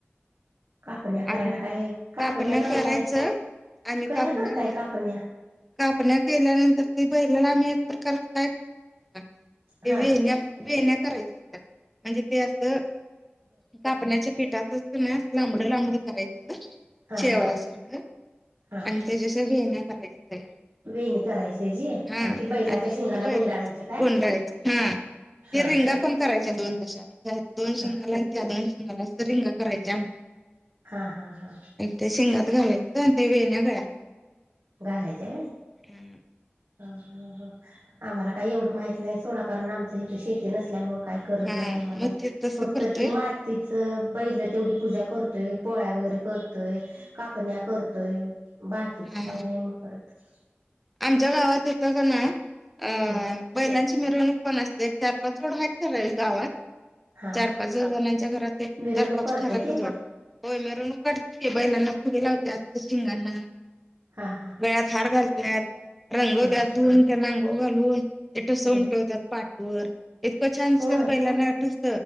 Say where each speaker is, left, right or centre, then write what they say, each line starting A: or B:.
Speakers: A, on the right (about 75°); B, in the centre.
A: कापण्या करायला
B: आणि
A: काय
B: कापण्या
A: करताय
B: करायचं आणि
A: कशा
B: कापण्या
A: करताय कापण्या
B: कापल्या केल्यानंतर ते बैलाला आम्ही एक प्रकारच काय करतो <inaudible> ते
A: हा
B: वेण्या वेण्या करायच्या असतात म्हणजे ते असं कापण्याच्या पिठातं <unintelligible> लांबड, लांबड करायच
A: हा
B: शेवया
A: हा
B: सारखं
A: हा
B: आणि त्याच्यास वेण्या करायच्या. तयार
A: वेणी करायची त्याची आणि
B: हा
A: ती बैलाच्या शिंगाला
B: बैला
A: गुंडाळायची काय?
B: गुंडाळायचं हा ते
A: हा
B: रिंगा पण करायच्या दोन तशा. दोन शिंगाला
A: हा
B: आणि त्या दोन शिंगाला रिंग करायच्या.
A: हा हा हा
B: ते शिंगात घालायच्या वेण्या गळ्यात.
A: घालायच्या होय.
B: हम्म
A: ह हा हा आम्हाला काही एवढं माहित नाही सोडा कारण आमचं इथं शेती नसल्यामुळे का करत
B: हा
A: नाही आमला
B: मग ते तसं
A: फक्त
B: करतोय
A: ती मातीचे बैल तेवढी पूजा करतो. तो पोळ्या वगैरे करतोय कापण्या करतोय बाकीचं
B: हा
A: काही नाही मग करतं.
B: आमच्या गावा इथं का ना अ
A: हम्म
B: बैलां मिरणूक पण असते चार पाच जोड आहेत ठराविक गावात
A: हा
B: चार पाच जणांच्या घरात
A: मिरवणूक
B: चार पाच
A: करते
B: ठराविक
A: ते
B: जोडत होय मिरवणूक काढतिला. बैलांना फुगे लावतात शिंगांना
A: हा हा
B: गळ्यात हार घालतात. रंगवते
A: हा
B: धुून त्या अंघोळ घालून ते समटवत्या
A: हम्म
B: पाठीवर. इतकं छान दिसतात
A: होय
B: बैलांना आठस